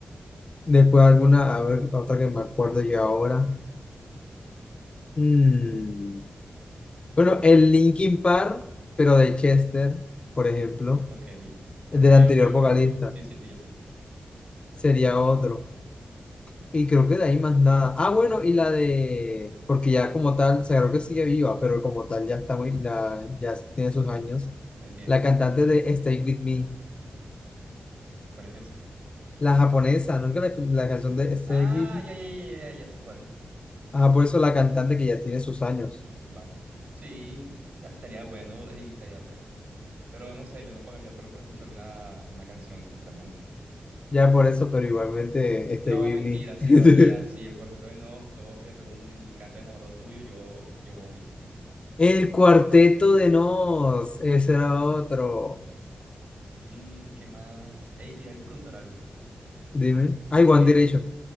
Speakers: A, on the left (about 40°); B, on the right (about 60°).
A: Después alguna, a ver, otra que me acuerdo yo ahora. Mm, Bueno,
B: No lo
A: el
B: sé.
A: Linkin Park, pero de Chester, por ejemplo,
B: Ok,
A: del
B: ok,
A: anterior
B: ok, ok,
A: vocalista,
B: ok. Sí, sí, sí, yo sé.
A: sería otro. Y creo que de ahí más nada. Ah, bueno, y la de, porque ya como tal, se creo que sigue viva, pero como tal ya está muy, la, ya tiene sus años.
B: Entiendo.
A: La cantante de Stay With Me,
B: ¿Cuál es esa?
A: la japonesa, ¿no? Que la, la canción de Stay
B: Ah,
A: With Me.
B: ya, ya, ya, ya, ya ya sé cuál.
A: Ajá, por eso la cantante que ya tiene sus años.
B: Va. Sí, ta- estaría bueno, sí, estaría bueno. Pero no sé, yo no pagaría solo por escuchar una, una canción, sinceramente.
A: Ya por eso, pero igualmente Stay
B: No,
A: With
B: mentira,
A: Me.
B: sí
A: <laughs>
B: lo haría. Si el cuarteto de Nos, todos se reúnen y cantan Enamorado Tuyo, yo, yo voy.
A: El cuarteto de Nos, ese era otro.
B: Mm, ¿qué más? Ey, te iba a preguntar algo.
A: Dime. Ay,
B: Y
A: One
B: es que
A: Direction.